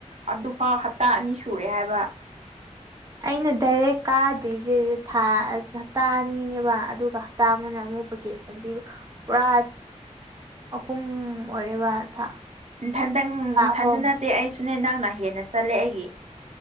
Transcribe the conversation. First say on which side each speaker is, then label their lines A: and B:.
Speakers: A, on the right; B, on the right.
A: ꯑꯗꯨꯐꯥꯎ ꯍꯞꯇꯥ ꯑꯅꯤ ꯁꯨꯔꯦ ꯍꯥꯏꯕ
B: ꯑꯩꯅ ꯗꯥꯏꯔꯦꯛ ꯀꯥꯗ꯭ꯔꯤꯁꯦ ꯊꯥ ꯍꯞꯇꯥ ꯑꯅꯤꯅꯦꯕ ꯑꯗꯨꯒ ꯍꯞꯇꯥ ꯑꯃꯅ ꯑꯃꯨꯛ ꯦꯁꯟ ꯄꯕ ꯄꯨꯔꯥ ꯑꯍꯨꯝ ꯑꯣꯏꯔꯦꯕ ꯊꯥ
A: ꯊꯟꯗꯪꯊꯟꯗ
B: ꯊꯥ ꯑꯍꯨꯝ
A: ꯅꯠꯇꯦ ꯑꯩꯁꯨꯅꯦ ꯅꯪꯅ ꯍꯦꯟꯅ ꯆꯠꯂꯦ ꯑꯩꯒꯤ